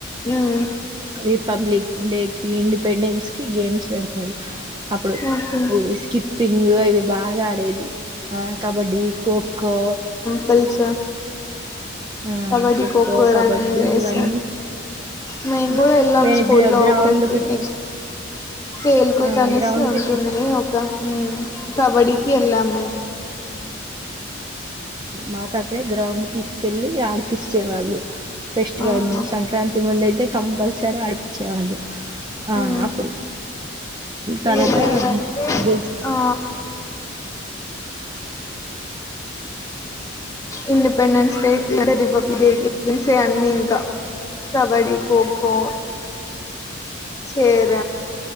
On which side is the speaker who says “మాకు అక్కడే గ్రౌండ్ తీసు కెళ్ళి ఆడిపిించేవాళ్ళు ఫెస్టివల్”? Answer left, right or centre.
Right